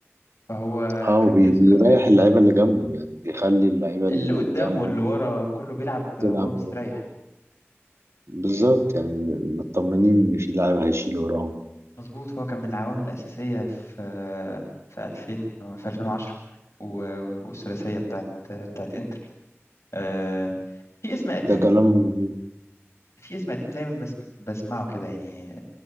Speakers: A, on the left (about 80°); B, on the right (about 70°).
A: فهو
B: اه
A: كامبياسو
B: وبي- بيريح
A: كان من
B: اللعيبة اللي جنبه يعني بيخلي اللعيبة اللي
A: اللي قدام
B: قدامه
A: واللي ورا كله بيلعب آه،
B: تلعب
A: وهو مستريح
B: بالظبط يعني مطمنين إن في لاعب هيشيل وراهم
A: مظبوط هو كان من العوامل الأساسية في في 2000 و- في 2010 و- والثلاثية بتاعت بتاعت إنتر آه، في اسم قديم
B: ده كلام مظبوط
A: في اسم قديم دايما بس بسمعه كده يعني